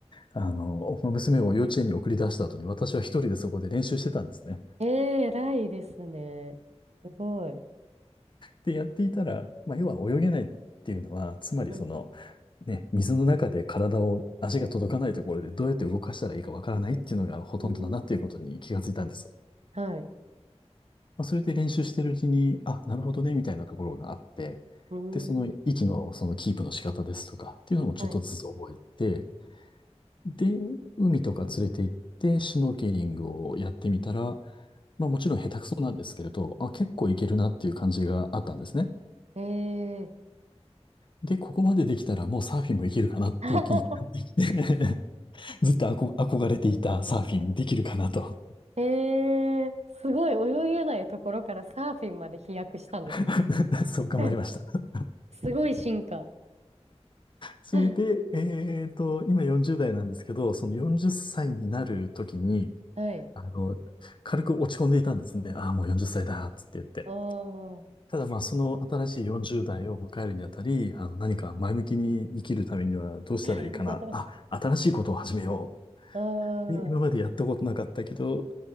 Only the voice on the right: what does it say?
ええ、偉いですね。すごい。
うん。
うんうん。はい。
うーん。
はい。
ええ。
<laughs>
ええ、すごい泳げないところからサーフィンまで飛躍したんです
ね。<laughs> すごい進化。
<laughs>
はい。
ああ。
<laughs>
ああ。